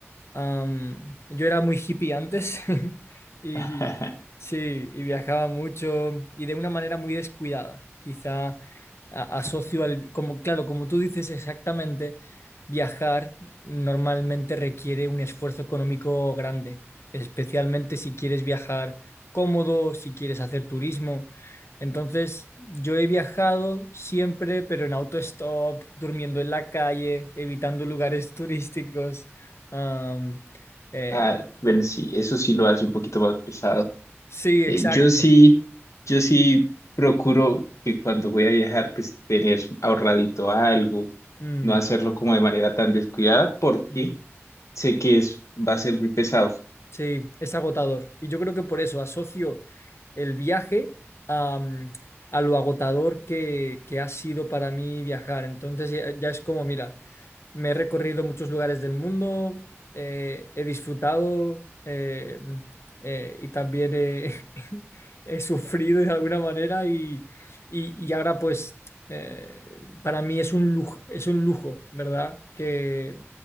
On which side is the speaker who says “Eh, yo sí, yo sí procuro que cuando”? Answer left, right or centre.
Left